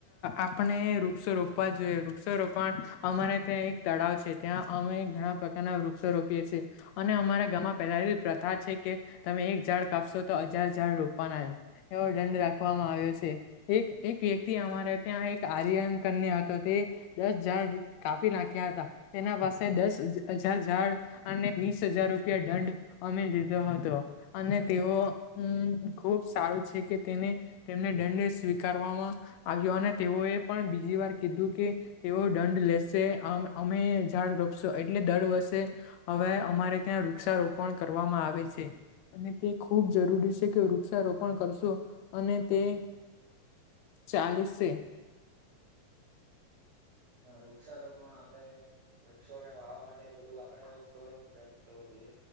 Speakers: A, on the left; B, on the right.
A: આપણે વૃક્ષો રોપવા જોઈએ વૃક્ષ રોપણ અમારે ત્યાં એક તળાવ છે ત્યાં અમે ઘણા પ્રકારના વૃક્ષો રોપીએ છીએ અને અમારા ગામમાં પહેલા પ્રથા છે કે તમે એક ઝાડ કાપશો તો હજાર ઝાડ રોપવાના એવો દંડ રાખવામાં આવ્યો છે એક એક વ્યક્તિ અમારે ત્યાં એક આર્યન કન્ય હતો તે દસ જડ કાપી નાખ્યા હતા તેના પાસે દસ હજાર ઝાડ અને વીસ હજાર રૂપિયા દંડ અમી લીધો હતો અને તેઓ ખુબ સારું છે કે તેને તેમને દંડ સ્વીકારવામાં અને તેઓએ પણ બીજી વાર કીધું કે તેઓ દંડ લેશે અમે ઝાડ એટલે દર વર્ષે હવે અમારે ત્યાં વૃક્ષારોપણ કરવામાં આવે છે અને તે ખૂબ જરૂરી છે કે વૃક્ષારોપણ કરશો અને તે ચાલીસેે
B: હ વૃક્ષારોપ પણ આપડે વૃક્ષોને વાવા માટે બધું આપણેે ઘણું પ્રયાસ કરવો જોઈએ